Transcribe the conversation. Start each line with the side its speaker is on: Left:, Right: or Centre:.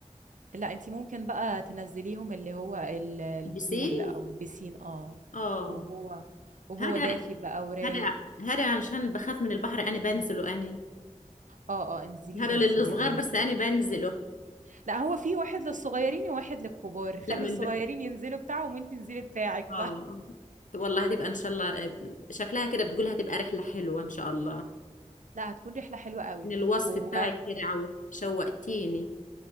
Right: لا انت ممكن بقى تنزليهم اللي هو ال- البول
Left: البسين
Right: او البسين اه
Left: اه
Right: وهو وهو
Left: هذا
Right: دافي بقى ورايق
Left: هذا هذا عشان بخاف من البحر انا بنزله انا
Right: اه اه انزليه
Left: هذا
Right: انت
Left: للصغار
Right: يعني
Left: بس انا بنزله
Right: لا هو في واحد للصغيرين وواحد للكبار
Left: لا
Right: خلي
Left: من
Right: الصغيرين
Left: ب...
Right: ينزلوا بتاعهم وانت انزلي بتاعك
Left: اه
Right: بقى
Left: والله هتبقى ان شاء الله شكلها كده بتقولها هتبقى رحله حلوه ان شاء الله
Right: <laughs> لا هتكون رحلة حلوة قوي
Left: من الوصف
Right: و...
Left: بتاعك كده عو شوقتيني